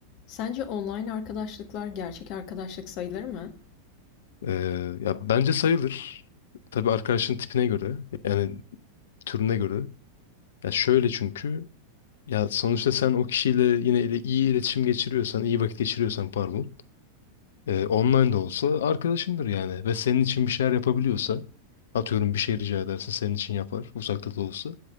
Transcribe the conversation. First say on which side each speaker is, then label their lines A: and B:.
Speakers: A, on the left (about 45°); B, on the left (about 60°).
A: Sence online arkadaşlıklar gerçek arkadaşlık sayılır mı?
B: Ee, ya bence sayılır. Tabii arkadaşın tipine göre, yani türüne göre. Ya şöyle çünkü ya sonuçta sen o kişiyle yine ile iyi iletişim geçiriyorsan, iyi vakit geçiriyorsan pardon, e, online de olsa arkadaşındır yani ve senin için bir şeyler yapabiliyorsa, atıyorum bir şey rica edersin senin için yapar, uzakta da olsa.